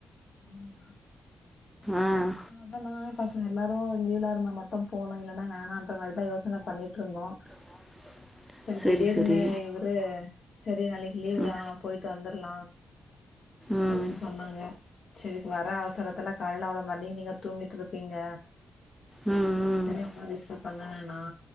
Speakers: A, on the left; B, in the centre.
A: ஆமா
B: ஆஹ்
A: சரி அதா நானு பசங்க எல்லாரு லீவ்லா இருந்தா மட்டு போலா இல்லன்னா வேணான்ன்ற மாரிதா யோசன பண்ணிட்டுருந்தோ
B: <inaudible>
A: சரி திடீர்னு
B: சரி
A: இவரு சரி நாளைக்கு லீவு
B: ம்
A: தா போய்ட்டு வந்துரலா
B: ம்
A: அப்டின்னு சொன்னாங்க சரின்னு வர அவசரத்துல காலையில அவ்ளோ அப்டியே நீங்க தூங்கிட்டு இருப்பீங்க
B: ம் ம்
A: சரி உங்கள டிஸ்டர்ப் பண்ண வேணா